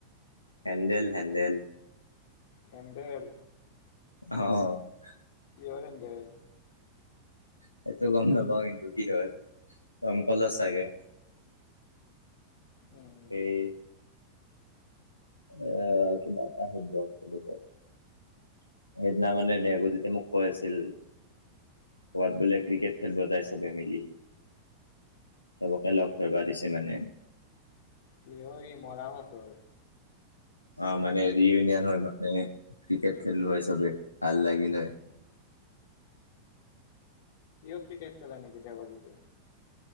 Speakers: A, on the left; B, on the left.
A: হেন্দেল হেন্দেল
B: হেন্দেল
A: অ
B: কিহৰ হেন্দেল
A: সেইটো গম নাপাওঁ কিন্তু কি হয় গম দকমকল চাগে
B: উম,
A: সেই আহ কি বাৰ্তা হ ব ত সেইদিনা মানে দেবজিতে মোক কৈ আছিল সোৱাত বোলে ক্ৰিকেট খেল বজাই চবে মিলি চবকে লগ ধৰিব দিছে মানে
B: কি কি স মৰা হতৰ
A: অ মানে ৰিয়উনিয়ন হয় মানে ক্ৰিকেট খেললো হয় চবেই ভাল লাগিল হয়। <unintelligible>
B: হিও ক্ৰিকেট খেলা নেকি কেতিয়াবা কেতিয়াবা